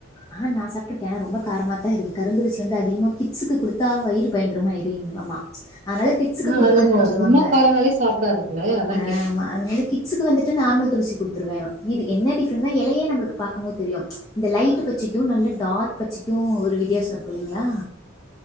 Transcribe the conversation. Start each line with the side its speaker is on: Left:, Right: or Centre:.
Left: ஆ நா சாப்ட்டுருக்க ஆனா ரொம்ப காரமாத்தா இருக்கு கருந்துளசி வந்து அதிகமா கிட்ஸுக்கு குடுத்தா வயிறு பயரங்கரமா எரி யுங்களாமா அதனால கிட் ஸ்க்கு
Right: ஆ
Left: குடுக்க
Right: அதுங்க
Left: வேணானு சொல்வாங்க
Right: சும்மா காரனாலே சாப்டாதுங்களே அதா
Left: ஆ
Right: கேக்குறே
Left: ஆமா அதனால கிட் சுக்கு வந்துட்டு நார்மல் துளசி குடுத்துருவே இது இருந்த எலயே நம்பளுக்கு பாக்கும் போது தெரியு இந்த லைட் பச்சைக்கு நல்ல டார்க் பச்சைக்கு ஒரு வித்தியாச இருக்கு இல்லைங்களா